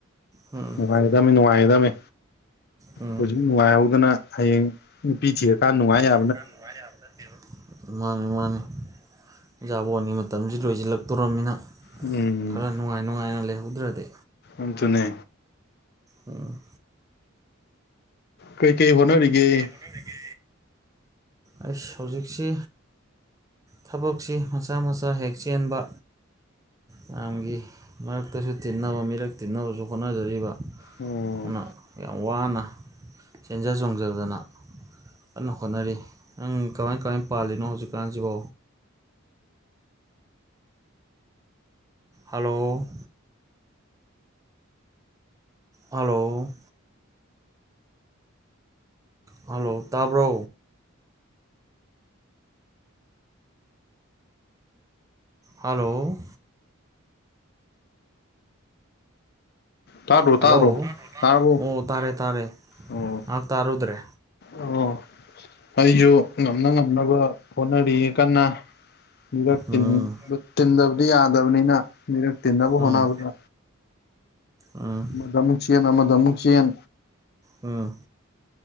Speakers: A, on the right; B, on the left.
A: ꯎꯝ
B: ꯅꯨꯡꯉꯥꯏꯒꯗꯕꯅꯤ ꯅꯨꯡꯉꯥꯏꯒꯗꯕꯅꯤ
A: ꯎꯝ
B: ꯍꯧꯖꯤꯛ ꯅꯨꯡꯉꯥꯏꯍꯧꯗꯅ ꯍꯥꯌꯦꯡ ꯅꯨꯄꯤ ꯊꯤꯔ ꯀꯥꯟ ꯅꯨꯡꯉꯥꯏꯌꯥ
A: ꯊꯤꯔꯀꯥꯟ ꯅꯨꯡꯉꯥꯏꯌꯥꯕ ꯅꯠ ꯃꯥꯅꯤ ꯃꯥꯅꯤ ꯖꯕꯣꯟꯒꯤ ꯃꯇꯝꯁꯤ ꯂꯣꯏꯁꯤꯜꯂꯥꯛꯇꯣꯔꯝꯅꯤꯅ
B: ꯎꯝ
A: ꯈꯔ ꯅꯨꯡꯉꯥꯏ ꯅꯨꯡꯉꯥꯏꯅ ꯂꯩꯍꯧꯗ꯭ꯔꯗꯤ
B: ꯑꯗꯨꯅꯦ
A: ꯑꯝ
B: ꯀꯩꯀꯩ ꯍꯣꯠꯅꯔꯤꯒꯦ
A: ꯍꯣꯠꯅꯔꯤꯒꯦ ꯑꯩꯁ ꯍꯧꯖꯤꯛꯁꯦ ꯊꯕꯛꯁꯤ ꯃꯆꯥꯥ ꯃꯆꯥ ꯍꯦꯛ ꯆꯦꯟꯕ ꯃꯌꯥꯝꯒꯤ ꯃꯔꯛꯇꯁꯨ ꯇꯤꯟꯅꯕ ꯃꯤꯔꯛ ꯇꯤꯟꯅꯕꯁꯨ ꯍꯣꯠꯅꯖꯔꯤꯕ
B: ꯑꯣ
A: ꯑꯗꯨ ꯌꯥꯝ ꯋꯥꯅ ꯆꯦꯟꯖ ꯆꯣꯡꯖꯗꯅ ꯀꯟꯅ ꯍꯣꯠꯅꯔꯤ ꯅꯪ ꯀꯃꯥꯏ ꯀꯃꯥꯏꯅ ꯄꯥꯜꯂꯤꯅꯣ ꯍꯧꯖꯤꯛꯀꯥꯟꯁꯤꯕꯣ ꯍꯜꯂꯣ ꯍꯜꯂꯣ ꯍꯜꯂꯣ ꯇꯥꯕ꯭ꯔꯣ ꯍꯥꯂꯣ
B: ꯇꯥꯗ꯭ꯔꯣ
A: ꯍꯜꯂꯣ
B: -ꯇꯥꯗ꯭ꯔꯣ ꯇꯥꯔꯕꯣ
A: ꯑꯣ ꯇꯥꯔꯦ ꯇꯥꯔꯦ
B: ꯑꯣ
A: ꯉꯥꯏꯍꯥꯛ ꯇꯥꯔꯨꯗ꯭ꯔꯦ
B: ꯑꯣ ꯑꯩꯖꯨ ꯉꯝꯅ ꯉꯝꯅꯕ ꯍꯣꯠꯅꯔꯤꯌꯦ ꯀꯟꯅ ꯃꯤꯔꯛ
A: ꯎꯝ
B: ꯇꯤꯟ ꯇꯤꯟꯗꯕꯗꯤ ꯌꯥꯗꯕꯅꯤꯅ ꯃꯤꯔꯛ ꯇꯤꯟꯅꯕ
A: ꯎꯝ
B: ꯍꯣꯠꯅꯕꯗ
A: ꯎꯝ
B: ꯑꯃꯗ ꯃꯨꯛꯆꯦꯟ ꯑꯃꯗ ꯃꯨꯛꯆꯦꯟ
A: ꯎꯝ